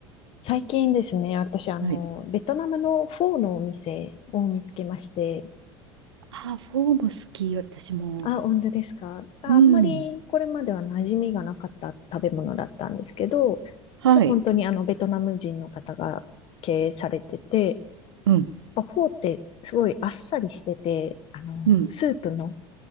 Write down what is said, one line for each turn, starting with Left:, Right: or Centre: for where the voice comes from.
Left: 最近ですね、私、あの、
Right: はい。
Left: ベトナムのフォーのお店を見つけまして、
Right: あ、フォーも好き、私も。
Left: あ、本当ですか。あ、
Right: うん。
Left: あんまりこれまでは馴染みがなかった食べ物だったんですけど、
Right: はい。
Left: もう本当にあの、ベトナム人の方が経営されてて、
Right: うん。
Left: やっぱフォーってすごいあっさりしてて、あの、
Right: うん。
Left: スープも